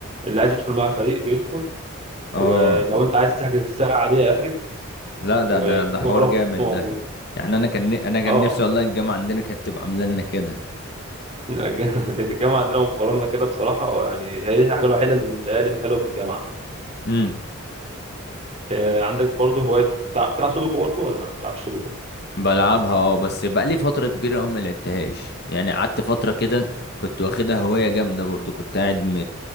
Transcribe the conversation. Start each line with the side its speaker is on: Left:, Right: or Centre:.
Right: اللي عايز يدخل مع فريق بيدخل
Left: اه
Right: ولو انت عايز تحجز الساعة عادية احجز
Left: لا ده
Right: و-
Left: ده
Right: والكورة
Left: ده حوار جامد
Right: موجودة
Left: ده يعني انا كان انا كان
Right: اه
Left: نفسي والله الجامعه عندنا كانت تبقى عامله لنا كده
Right: الج- <laughs> الجامعة عندنا موفرين لنا كده بصراحة آه، يعني هي دي الحاجة الوحيدة اللي متهيألي الحلوة في الجامعة
Left: امم
Right: آه، عندك برضه هواية بتلع- بتلعب سودوكو برضه ولا لا ما بتلعبش سودوكو؟
Left: بلعبها اه بس بقى لي فتره كبيره قوي ما لعبتهاش يعني قعدت فتره كده كنت واخدها هوايه جامده برضو كنت قاعد م...